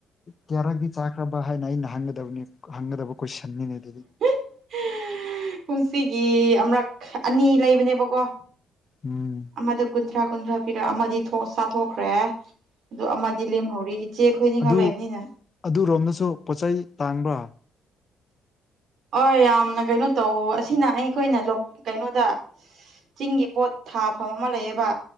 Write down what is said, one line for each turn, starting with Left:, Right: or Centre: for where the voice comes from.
Left: ꯀꯌꯥꯔꯛꯗꯤ ꯆꯥꯈ꯭ꯔꯕ ꯍꯥꯏꯅ ꯑꯩꯅ ꯍꯪꯒꯗꯕꯅꯤ ꯍꯪꯒꯗꯕ ꯀꯣꯏꯁꯟꯅꯤꯅꯦ ꯑꯗꯨꯗꯤ
Right: <unintelligible> ꯀꯨꯝꯁꯤꯒꯤ ꯑꯃꯔꯛ ꯑꯅꯤ ꯂꯩꯕꯅꯦꯕꯀꯣ
Left: ꯎꯝ
Right: ꯑꯃꯗ ꯀꯨꯟꯊ꯭ꯔꯥ ꯀꯨꯟꯊ꯭ꯔꯥ ꯄꯤꯔ ꯑꯃꯗꯤ ꯊꯣ ꯆꯥꯊꯣꯛꯈ꯭ꯔꯦ ꯑꯗꯨ ꯑꯃꯗꯤ ꯂꯦꯝꯍꯧꯔꯤ ꯆꯦ ꯑꯩꯈꯣꯏꯅꯤ ꯈꯛ
Left: ꯑꯗꯨ
Right: ꯂꯩꯕꯅꯤꯅ
Left: ꯑꯗꯨꯔꯣꯝꯗꯁꯨ ꯄꯣꯠ ꯆꯩ ꯇꯥꯡꯕ꯭ꯔꯥ
Right: ꯑꯣꯏ ꯌꯥꯝꯅ ꯀꯩꯅꯣ ꯇꯧ ꯑꯁꯤꯅ ꯑꯩꯈꯣꯏꯅ ꯂꯣꯛ ꯀꯩꯅꯣꯗ ꯆꯤꯡꯒꯤ ꯄꯣꯠ ꯊꯥꯐꯝ ꯑꯃ ꯂꯩꯌꯦꯕ